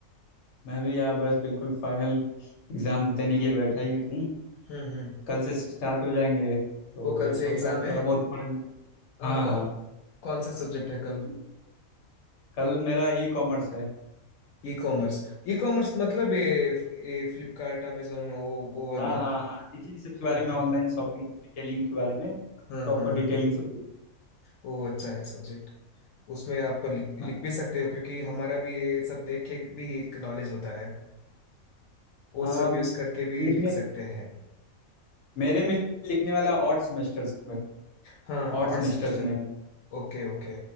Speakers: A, on the left; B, on the left.
A: मैं भी यार बस बिल्कुल फाइनल एग्जाम देने के लिए बैठा ही हूँ
B: हम्म हम्म
A: कल से स्टार्ट हो जाएंगे तो
B: वो कल
A: सोचा
B: से एग्जाम
A: तो
B: है
A: थोड़ा बहुत पढ़ लूँ
B: अ,
A: हाँ
B: कौ,
A: हाँ
B: कौन सा सब्जेक्ट है कल
A: कल मेरा ई कॉमर्स है
B: E commerce ई कॉमर्स मतलब ये ये फ्लिपकार्ट अमेजोन वो वो वाला
A: हाँ हाँ
B: ना
A: हाँ इसी सब के
B: हाँ
A: बारे में
B: हाँ
A: ऑनलाइन
B: हाँ
A: शॉपिंग डिटेलिंग के बारे में प्रॉपर
B: हाँ हाँ
A: डिटेलिंग
B: हाँ
A: से पूछ
B: वो अच्छा है सब्जेक्ट उसमें आप लिख,
A: हाँ
B: लिख भी सकते हो क्योंकि हमारा भी ये सब देख के भी एक नॉलेज होता है वो
A: हाँ
B: सब यूज करके भी
A: लिखने
B: लिख सकते हैं
A: मेरे में लिखने वाला ऑड सेमेस्टर्स में
B: हाँ
A: ऑड
B: Odd
A: सेमेस्टर्स
B: semester
A: में है।
B: Okay okay